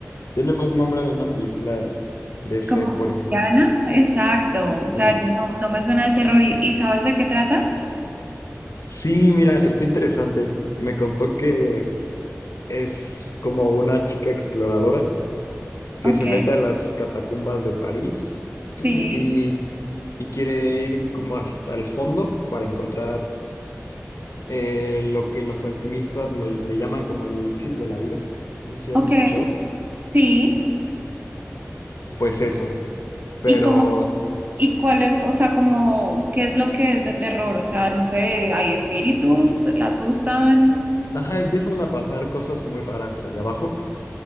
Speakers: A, on the left; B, on the right.
A: Tiene más nombre de una película de fe,
B: Como
A: por
B: cristiana,
A: ejemplo.
B: exacto.
A: Sí.
B: O sea, no, no me suena de terror. ¿Y, y sabes de qué trata?
A: Sí, mira, está interesante. Me contó que es como una chica exploradora que
B: Ok,
A: se mete a las catacumbas de París <clears throat> y
B: sí,
A: y quiere ir como hasta el fondo para encontrar eh, lo que los alquimistas lo- le llaman como el elixir de la vida. No sé si has
B: ok,
A: escuchado.
B: sí.
A: Pues eso, pero
B: ¿Y cómo, y cuál es, o sea, como, qué es lo que es de terror? O sea, no sé, hay espíritus, la asustan.
A: ajá, empiezan a pasar cosas muy raras allá abajo